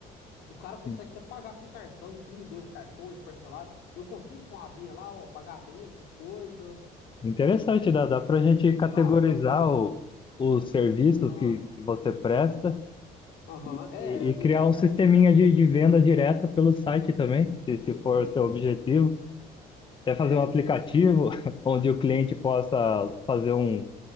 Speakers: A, on the left; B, on the left.
A: o cara consegue
B: Sim.
A: até pagar com cartão, com um, dois cartões parcelado. Eu consigo com a abinha lá, ó, pagamento, essas coisas.
B: Interessante, dá, dá para a gente categorizar
A: Ah, da pos...
B: o, os serviços
A: ah,
B: que que você presta
A: aham,
B: E,
A: É,
B: e-
A: me
B: criar
A: dera
B: um sisteminha de, de venda direta pelo site também,
A: isso,
B: se, se for o
A: isso.
B: seu objetivo. Até
A: É,
B: fazer um aplicativo
A: eu penso.
B: <laughs> onde o cliente possa fazer um,